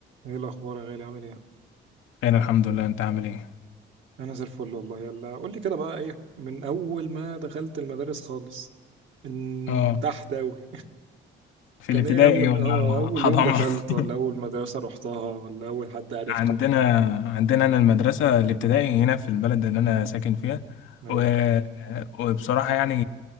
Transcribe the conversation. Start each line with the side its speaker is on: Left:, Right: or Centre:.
Right: ايه الاخبار يا غالي عامل ايه
Left: انا الحمد لله انت عامل ايه
Right: انا زي الفل والله يلا قول لي كده بقى ايه من اول ما دخلت المدارس خالص من
Left: اه
Right: تحت قوي
Left: في
Right: كان
Left: الابتدائي
Right: ايه اول
Left: ولا
Right: اه اول
Left: حضانة
Right: يوم دخلت
Left: <laughs>
Right: ولا اول مدرسة رحتها ولا اول حد عرفته
Left: عندنا عندنا انا المدرسة الابتدائي هنا في البلد اللي انا ساكن فيها
Right: ايوه
Left: و... وبصراحة يعني